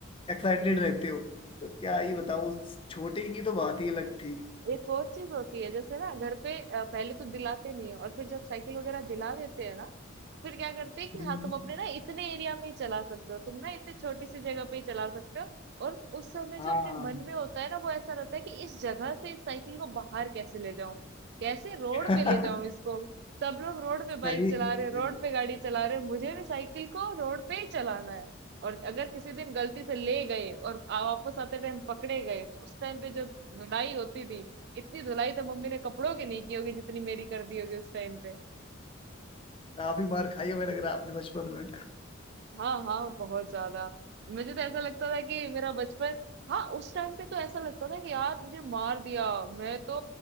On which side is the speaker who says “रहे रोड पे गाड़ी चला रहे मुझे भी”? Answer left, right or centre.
Right